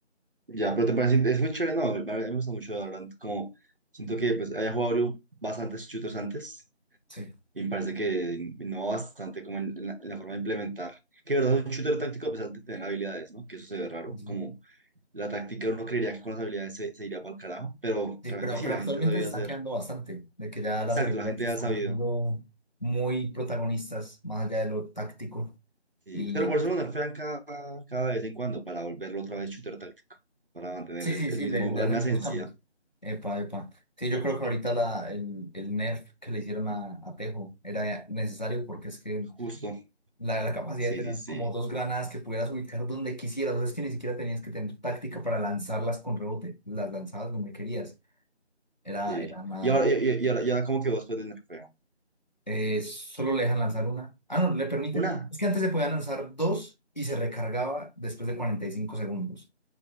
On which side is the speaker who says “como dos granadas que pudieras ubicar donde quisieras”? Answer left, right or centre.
Left